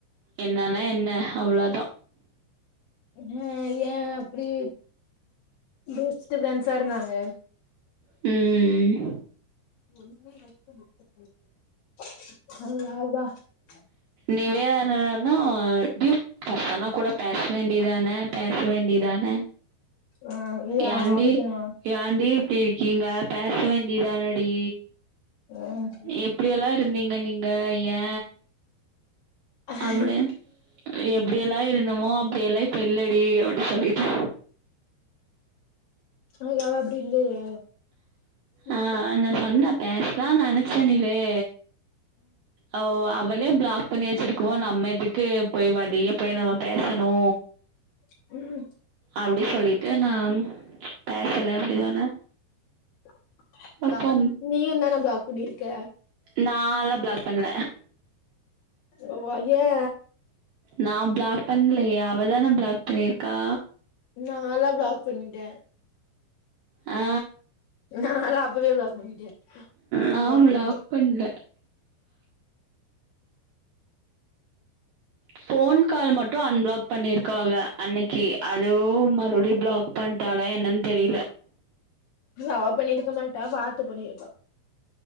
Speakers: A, on the right; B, on the left.
A: என்னானா என்ன அவ்ளொதா
B: ஹா ஏ அப்புடி பெஸ்ட்டு ஃப்ரென்ட்ஸா இருந்தாங்க
A: ம்
B: <unintelligible>
A: நிவே அ னா <unintelligible> பர்சனா கூட பேச வேண்டியதானே பேச வேண்டியதான் அ
B: ஆ ஏ
A: யான்டி
B: அவளுக்கு என்னவா
A: யான்டி இப்டி இருக்கீங்க பேச வேண்டியதானடி
B: ம்
A: எப்டியொல்லா இருந்தீங்க நீங்க ஏ
B: அஹ்
A: அப்டின் எப்டியெல்லா இருந்தமோ அப்டியெல்லா இப்ப இல்லடி அப்டி சொல்லிட்டு
B: அன்னக்கி அவ அப்டி இல்லையே ம்
A: ஆ நா சொன்ன பேசலா நானு <unintelligible> ஓ அவளே ப்ளாக் பண்ணி வச்சுருக்கும்மோ நம்ம எதுக்கு போய் வழிய போய் நம்ம பேசணு
B: ம்
A: அப்டி சொல்லி ட்டு நாம் பேசல அப்டி சொன்ன
B: <inaudible>
A: அப்போ
B: நீயுந்தான ப்ளாக் பண்ணிருக்க
A: நால்லா ப்ளாக் பண்ல
B: ஓ அ ஏ
A: நா ப்ளாக் பண்லயே அவதான ப்ளாக் பண்ணிருக்கா
B: நாலா ப்ளாக் பண்ணிட்டே
A: ஆ
B: நாலா அப்பவே ப்ளாக் பண்ணிட்டே
A: நா
B: எல்லாத்துலயுமே
A: ப்ளாக் பண்ல ஃபோன் கால் மட்டு அன்ப்ளாக் பண்ணிருக்காவ அன்னக்கி ‌அதோ மறுப டி ப்ளாக் பண்ட்டாளா என்னன் தெரில
B: அவ பண்ணிருக்க மாட்டா வாத்து பண்ணிருப்பா